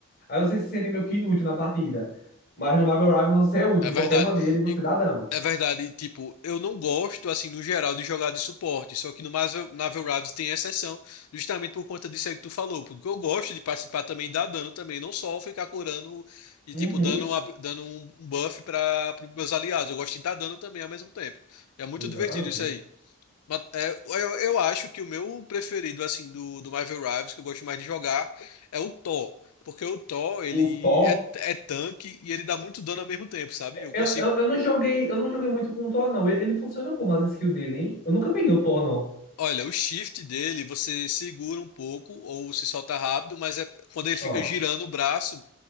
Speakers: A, on the left (about 45°); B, on the left (about 85°).
A: Aí você se sente meio que inútil na partida. Mas no Marvel Rivals você é útil
B: É
A: de
B: verdade.
A: qualquer maneira e você
B: E,
A: dá dano.
B: é verdade, e, tipo, eu não gosto, assim, no geral, de jogar de suporte. Só que no Marvel, Marvel Rivals tem exceção, justamente por conta disso aí que tu falou. Porque eu gosto de participar também e dar dano também, não só ficar curando e,
A: Uhum,
B: tipo, dando, uma- dando um um buff para os meus aliados. Eu gosto de dar dano também ao mesmo tempo. É muito
A: exatamente.
B: divertido isso aí. Mas, é, eu, eu acho que o meu preferido, assim, do, do Marvel Rivals, que eu gosto mais de jogar, é o Thor. Porque o Thor, ele
A: O Thor.
B: é, é tanque e ele dá muito dano ao mesmo tempo, sabe? Eu
A: Eu,
B: consigo.
A: eu, eu não joguei, eu não joguei muito com o Thor, não. Ele, ele funciona como as skills dele, hein? Eu nunca peguei o Thor, não.
B: Olha, o shift dele, você segura um pouco ou se solta rápido, mas é quando ele fica
A: Ah.
B: girando o braço